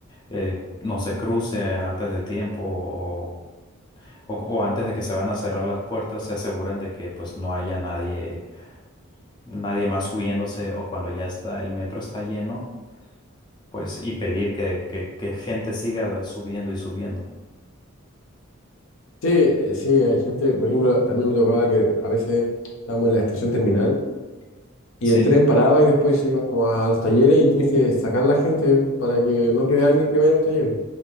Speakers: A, on the left; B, on the left.
A: eh, no se cruce antes de tiempo o, o- o antes de que se van a cerrar las puertas, se aseguren de que pues no haya nadie, nadie más subiéndose o cuando ya está, el metro está lleno pues impedir que, que- que gente siga subiendo y subiendo.
B: Sí, eh, sí, hay gente, por ejemplo, también me tocaba que a veces estábamos en la estación terminal y
A: Sí,
B: el tren paraba y después se iba como a los talleres y tienes que sacar a la gente para que no quede alguien que vaya a los talleres.